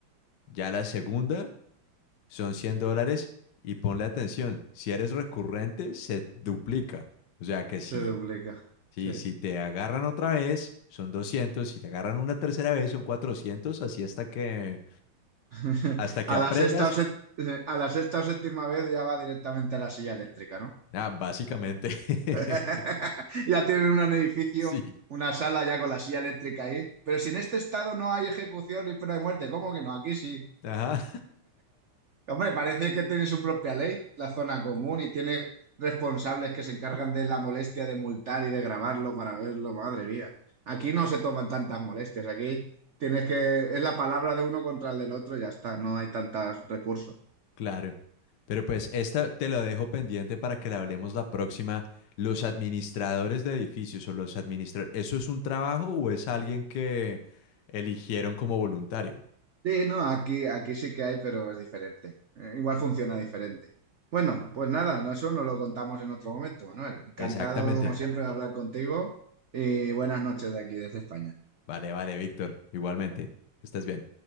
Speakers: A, on the left (about 60°); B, on the right (about 70°).
A: Ya la segunda son 100 dólares. Y ponle atención, si eres recurrente, se duplica. O sea que si,
B: se duplica.
A: si,
B: Sí.
A: si te agarran otra vez, son 200. Si te agarran una tercera vez, son 400. Así hasta que,
B: <laughs>
A: hasta que
B: A
A: aprendas.
B: la sexta o set- a la sexta o séptima vez ya va directamente a la silla eléctrica, ¿no?
A: Ah, básicamente,
B: <laughs>
A: <laughs>
B: Ya tienen un edificio,
A: sí.
B: una sala ya con la silla eléctrica ahí. Pero si en este estado no hay ejecución ni pena de muerte, ¿cómo que no? Aquí sí.
A: Ajá,
B: Hombre, parece que tiene su propia ley, la zona común, y tiene responsables que se encargan de la molestia de multar y de grabarlo para verlo, madre mía. Aquí no se toman tantas molestias, aquí tienes que, es la palabra de uno contra el del otro, y ya está, no hay tantos recursos.
A: claro. Pero pues esta te la dejo pendiente para que la hablemos la próxima. Los administradores de edificios o los administradores, ¿eso es un trabajo o es alguien que eligieron como voluntario?
B: Sí, no, aquí, aquí sí que hay, pero es diferente. Eh, igual funciona diferente. Bueno, pues nada, no, eso nos lo contamos en otro momento, Manuel. Encantado,
A: Exactamente.
B: como siempre, de Exactamente. hablar contigo y buenas noches de aquí, desde España.
A: Vale, vale, Víctor. Igualmente. Estás bien.